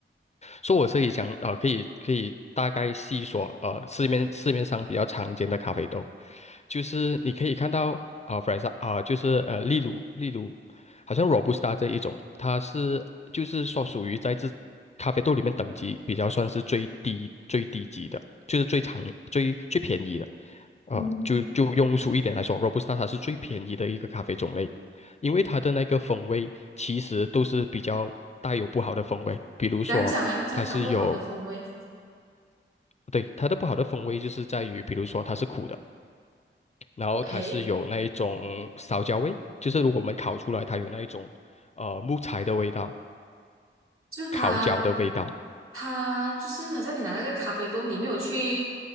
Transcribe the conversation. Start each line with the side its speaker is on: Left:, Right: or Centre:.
Left: 所以我是以讲，呃，可以可以大概细说，呃，市面市面上比较常见的咖啡豆，就是你可以看到，啊呃弗莱萨，啊、就是呃，例如例如，好像 Robusta 这一种，它是就是说属于在这咖啡豆里面等级比较算是最低最低级的，就是最常最最便宜的，呃，
Right: 嗯，
Left: 就就庸俗一点来说，Robusta 它是最便宜的一个咖啡种类。因为它的那个风味其实都是比较带有不好的风味，比如说它是有，
Right: 讲讲哎，讲讲不好的风味，
Left: 对，它的不好的风味就是在于，比如说它是苦的，然后它是有那一种烧焦味，
Right: OK，
Left: 就是如果我们烤出来，它有那一种呃木材的味道、
Right: 就是它
Left: 烤焦的味道，
Right: 它就是好像你拿那个咖啡豆，你没有去